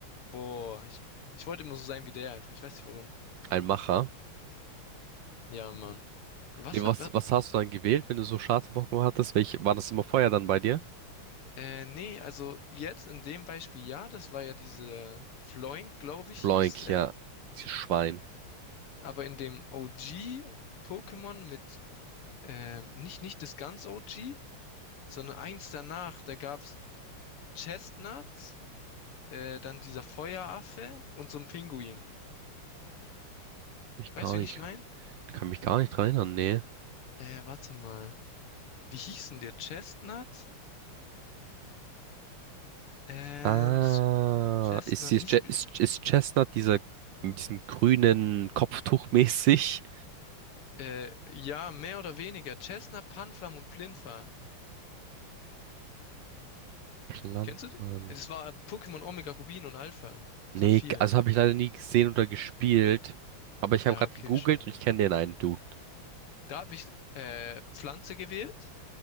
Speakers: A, on the left (about 80°); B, on the right (about 70°).
A: Boah, ich, ich wollte immer so sein wie der einfach. Ich weiß nicht warum.
B: Ein Macher.
A: Ja, Mann. Was
B: Nee, was,
A: war, wa-
B: was hast du dann gewählt, wenn du so schwarze Pokémon hattest? Welche, war das immer Feuer dann bei dir?
A: äh, nee, also jetzt in dem Beispiel, ja, das war ja diese Floink, glaube ich,
B: Floink,
A: hieß der.
B: ja. Dieses Schwein.
A: Aber in dem OG-Pokémon mit, äh, nicht, nicht das ganz OG. sondern eins danach, da gab's Chestnuts, äh, dann dieser Feueraffe und so ein Pinguin.
B: Mich gar
A: Weißt du,
B: nicht,
A: wen ich mein?
B: ich kann mich gar nicht dran erinnern, nee.
A: Äh, warte mal. Wie hießen der? Chestnut? Ähm,
B: Ah,
A: das Chestnut,
B: ist, ist,
A: nicht,
B: ist, ist Chestnut dieser mit diesem grünen Kopftuch mäßig?
A: äh, ja, mehr oder weniger. Chestnut, Panflam und Plinfa.
B: Landmann.
A: Kennst du die? Das war Pokémon Omega Rubin und Alpha.
B: Nee,
A: Saphir.
B: also habe ich leider nie gesehen oder gespielt. Aber ich
A: Ja,
B: habe gerade
A: okay,
B: gegoogelt
A: schade.
B: und ich kenne den einen Dude.
A: Da habe ich, äh, Pflanze gewählt.